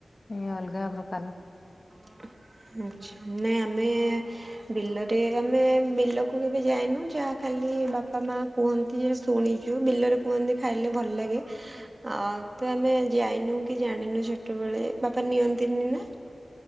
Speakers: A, on the left; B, on the right.
A: ଏ ଅଲଗା ପ୍ରକା କାଲ।
B: ହ। ଆଛା ନାଇଁ ଆମେ ବିଲରେ ଆମେ ବିଲକୁ କେବେ ଯାଇନୁ ଯାହା ଖା ଖାଲି ବାପା ମା କୁହନ୍ତି ଯେ ଶୁଣିଛୁ ବିଲରେ କୁହନ୍ତି ଖାଇଲେ ଭଲ ଲାଗେ ଆ ତ ଆମେ ଯାଇନୁ କି ଜାଣିନୁ ଛୋଟବେଳେ ବାପା ନିଅନ୍ତିନି ନା।